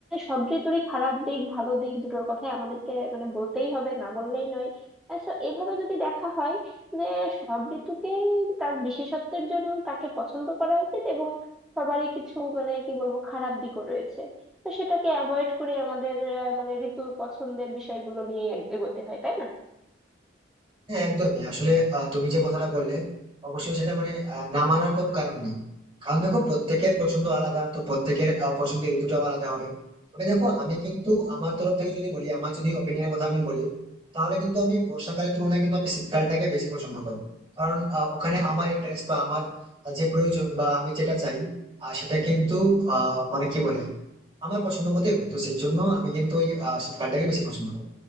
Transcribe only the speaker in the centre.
সব ঋতুরই খারাপ দিক ভালো দিক দুটোর কথাই আমাদেরকে মানে বলতেই হবে না বললেই নয় আহ, so এভাবে যদি দেখা হয় যে সব ঋতুকেই তার বিশেষত্বের জন্য তাকে পছন্দ করা উচিত এবং সবারই কিছু মানে কি বলবো খারাপ দিকও রয়েছে তো সেটাকে অ্যাভয়েড করে আমাদের আহ, মানে ঋতুর পছন্দের বিষয়গুলো নিয়ে এগোতে হয় তাই না